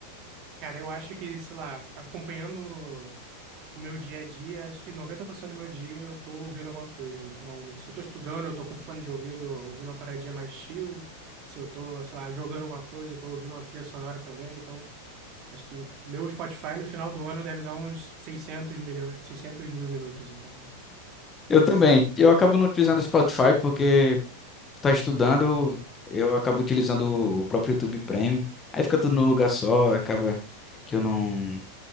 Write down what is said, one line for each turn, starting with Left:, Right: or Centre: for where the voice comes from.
Right: cara, eu acho que, sei lá, acompanhando. No meu dia a dia, acho que 90% do meu dia eu tô ouvindo alguma coisa. Então, se eu tô estudando, eu tô com fone de ouvido, ouvindo uma paradinha mais chill. Se eu tô, sei lá, jogando alguma coisa, eu tô ouvindo uma trilha sonora também. Então, acho que meu Spotify no final do ano deve dar uns seiscentos milhões, seiscentos mil minutos. Então,
Left: Eu
Right: é
Left: também.
Right: bizarro.
Left: Eu acabo não utilizando o Spotify porque. tá estudando, eu acabo utilizando o próprio YouTube Premium. Aí fica tudo num lugar só, acaba que eu não,